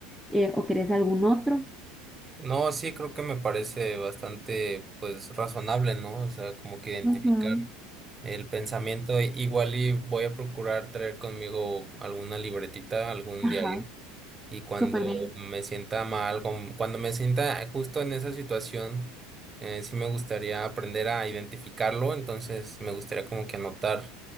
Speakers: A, in the centre; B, on the right.
A: eh, o querés algún otro.
B: No, sí, creo que me parece bastante pues razonable, ¿no? O sea, como que identificar
A: Ujú,
B: el pensamiento, igual y voy a procurar traer conmigo alguna libretita, algún
A: Ajá,
B: diario Y cuando
A: súper bien.
B: me sienta mal, con- cuando me sienta justo en esa situación, eh, sí me gustaría aprender a identificarlo, entonces me gustaría como que anotar